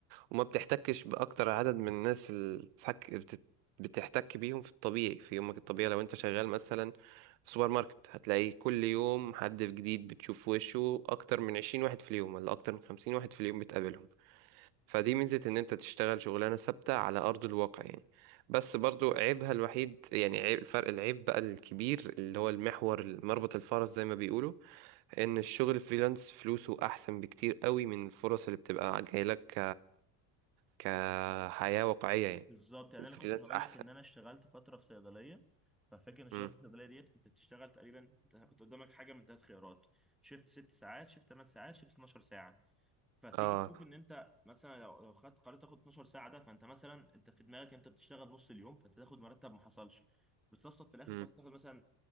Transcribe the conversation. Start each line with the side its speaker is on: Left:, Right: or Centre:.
Right: وما بتحتكش بأكتر عدد من الناس اللي بتحك... بتت... بتحتك بيهم في الطبيعي في يومك الطبيعي لو انت شغال مثلا في سوبر ماركت هتلاقي كل يوم حد جديد بتشوف وشه أكتر من عشرين واحد في اليوم ولا أكتر من خمسين واحد في اليوم بتقابلهم فدي ميزة إن أنت تشتغل شغلانة ثابتة على أرض الواقع يعني بس برضو عيبها الوحيد يعني عيب الفرق العيب بقى الكبير اللي هو المحور مربط الفرس زي ما بيقولوا إن الشغل فريلانس فلوسه أحسن بكتير قوي من الفرص اللي بتبقى جايلك كحياة واقعية يعني
Centre: بالظبط يعني
Right: الفريلانس
Centre: انا كنت هقول
Right: أحسن
Centre: لك ان انا اشتغلت فتره في صيدليه ففاكر ان اشتغلت
Right: مم.
Centre: في الصيدليه ديت انت بتشتغل تقريبا انت كنت قدامك حاجه من ثلاث خيارات شفت ست ساعات شفت ثمان ساعات شفت 12 ساعه فتيجي
Right: اه
Centre: تشوف ان انت مثلا لو لو خدت قررت تاخد 12 ساعه ده فانت مثلا انت في دماغك انت بتشتغل نص اليوم فانت تاخد مرتب ما حصلش بتصفصف في الاخر
Right: مم.
Centre: خلاص تاخد مثلا